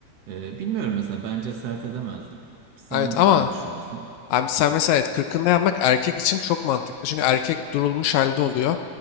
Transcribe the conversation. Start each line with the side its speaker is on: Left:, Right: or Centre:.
Right: E, bilmiyorum mesela bence sert edemezdim. Sen
Left: Evet ama
Right: ne düşünüyorsun?
Left: Abi sen mesela evet, kırkında yapmak erkek için çok mantıklı. Çünkü erkek durulmuş halde oluyor.